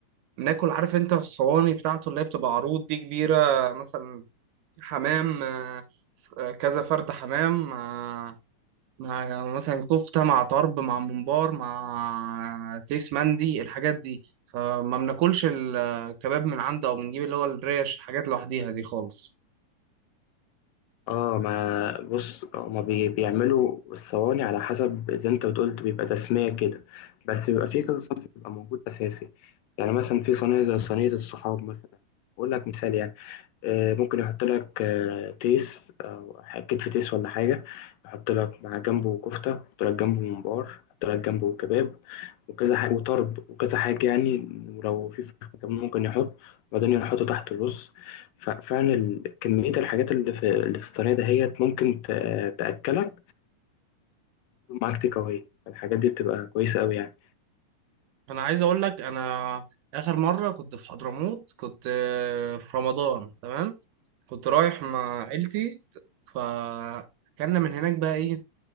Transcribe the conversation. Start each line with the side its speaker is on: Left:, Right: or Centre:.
Right: بناكل عارف أنت الصواني بتاعته اللي هي بتبقى عروض دي كبيرة مثلا حمام آه، ف- آه، كذا فرد حمام آه، مع مثلا كفتة مع طرب مع ممبار مع تيس مندي الحاجات دي فما بناكلش الكباب من عنده او بنجيب اللي هو الريش الحاجات لوحديها دي خالص
Left: اه ما بص هما بي بيعملوا الصواني على حسب زي انت بتقول بيبقى تسمية كده بس بيبقى في كذا صنف بيبقى موجود أساسي يعني مثلا في صينية زي صينية الصحاب مثلا أقول لك مثال يعني آه، ممكن يحط لك آه، تيس او كتف تيس ولا حاجه يحط لك مع جنبه كفته يحط لك جنبه ممبار يحط لك جنبه كباب وكذا حاجه وطرب وكذا حاجه يعني ولو في فراخ كمان ممكن يحط وبعدين يحط تحت الرز ف- فعلا ال- كميه الحاجات اللي في اللي في الصينيه دهيت ممكن ت- تاكلك معاك تيك اواي الحاجات دي بتبقى كويسه قوي يعني
Right: انا عايز اقول لك انا اخر مرة كنت في حضرموت كنت آه، في رمضان تمام كنت رايح مع عيلتي فكنا من هناك بقى ايه